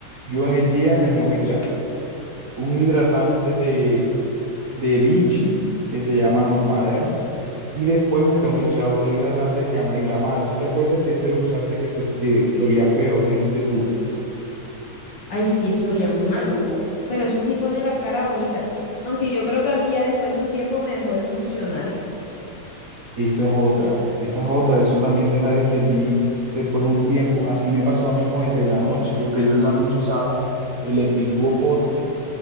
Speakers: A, on the right; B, on the left.
A: yo en el día me tengo que echar un hidratante de, de Vichy, que se llama Normadero, y después me tengo que echar otro hidratante que se llama Hidramat. ¿Tú te acuerdas que ese lo usaste que, te- que, que olía feo, me dijiste tú?
B: Ay, sí, eso olía muy maluco. Pero eso sí pone la cara bonita. Aunque yo creo que a mí ya después de un tiempo me dejó de funcionar.
A: Esa es otra, esa es otra, eso también deja de servir después de un tiempo. Así me pasó a mí con el de la noche, porque yo en la noche usaba el Epiduo Forte